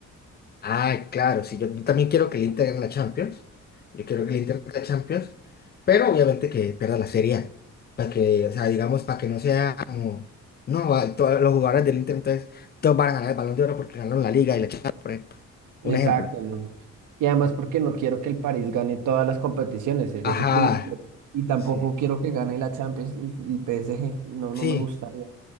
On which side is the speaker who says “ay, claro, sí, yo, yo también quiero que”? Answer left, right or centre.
Left